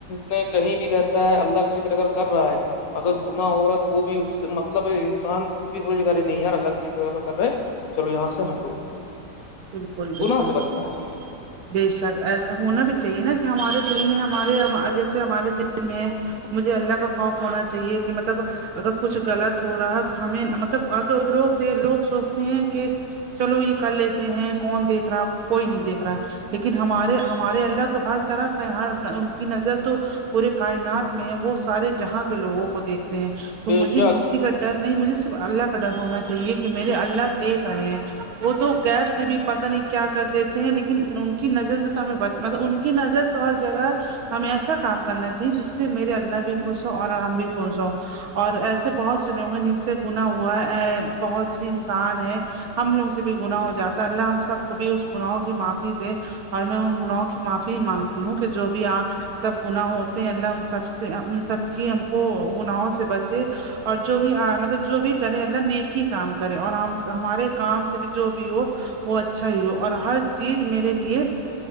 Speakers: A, on the left (about 65°); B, on the right (about 70°).
A: میں کہیں بھی رہتا ہے اللہ جکر اگر کر رہا ہے اگر گنااہ ہو رہا ہے تو وہ بھی اس سے مطلب مطلب انسان فسو جائے گای نہیں یار الگ ج رہے چلو یہاں سے ہٹو
B: بالکل بالکل
A: گناہ سے بچتا
B: بالکل
A: ہے
B: بے شک ایسا ہونا بھی چاہیے نا کہ ہمارے دل میں ہمارے جیسے ہمارے دل میں مجھے اللہ کا خوف ہونا چاہیے کہ مطلب اگر کچھ غلط ہو رہا تو ہمیں مطلب اگر لوگ لوگ سوچتے ہیں کہ چلو یہ کر لیتے ہیں کون دیکھ رہا کوئی نہیں دیکھ رہا لیکن ہمارے ہمارے اللہ تو ہر طرف ہے ہر ان کی نظر تو پورے کائنات میں ہے وہ سارے جہاں کے لوگوں کو دیکھتے ہیں تو
A: بے
B: مجھے
A: شک
B: کسی کا ڈر نہیں مجھے صرف اللہ کا ڈر ہونا چاہیے کہ میرے اللہ دیکھ رہے ہیں وہ تو غیب سے بھی پتا نہیں کیا کر دیتے ہیں لیکن ان کی نظر سے تو ہمیں بچ مطلب ان کی نظر تو ہر جگہ ہمیں ایسا کام کرنا چاہیے جس سے میرے اللہ بھی خوش ہو اور ہم بھی خوش ہو اور ایسے بہت سے لوگ ہیں جن سے گنا ہوا ہے بہت سی انسان ہے ہم لوگ سے بھی گناہ ہو جاتا ہے اللہ ہم سب کو بھی اس گناہ کی معافی دے اور میں ان گناہوں کی معافی ہی مانگتی ہوں کہ جو بھی آپ تب گناہ ہوتے ہیں اللہ ان سب سے ان سب کی ہم کو گناہوں سے بچے اور جو بھی مطلب جو بھی کریں اللہ نیکی کام کرے اور ہم ہمارے کام سے بھی جو بھی ہو وہ اچھا ہی ہو اور ہر چیز میرے لیے